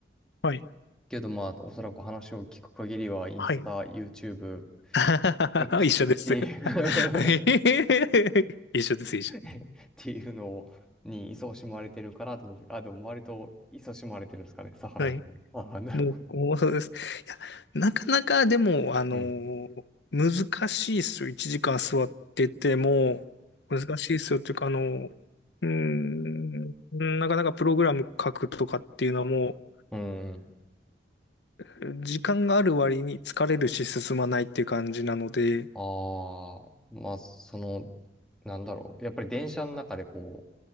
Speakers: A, on the left (about 80°); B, in the centre.
A: はい。
B: けどまあ、おそらく話を聞く限りは、インスタ、
A: はい。
B: YouTube、
A: <laughs>
B: X
A: 一緒です。
B: っていう
A: <laughs> はい一緒です、一緒。
B: っていうのを、に勤しまれてるからと思うてであ、でも割と勤しまれてるんですかね、サハラの方。
A: はい。
B: ああ、なるほど。
A: もう、もうそうです。いや、なかなかでも、あのー難しいですよ。
B: うん。
A: 1時間座ってても、難しいですよっていうか、あのーうーん、なかなかプログラム書くとかっていうのはも
B: うん。うん。
A: う、時間がある割に疲れるし進まないっていう感じなので、
B: ああ、まあ、その、なんだろう。やっぱり電車の中でこ